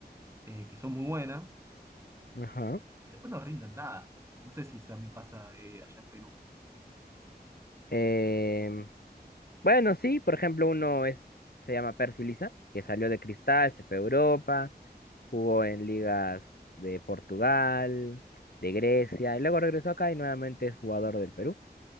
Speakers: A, on the right; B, on the left.
A: eh, que son muy buenas,
B: Ajá.
A: después no rinden nada. No sé si también pasa eh, allá en Perú.
B: Em, bueno, sí, por ejemplo, uno es, se llama Percy Lisa, que salió de Cristal, se fue a Europa, Jugó en ligas de Portugal, de Grecia, y luego regresó acá y nuevamente es jugador del Perú.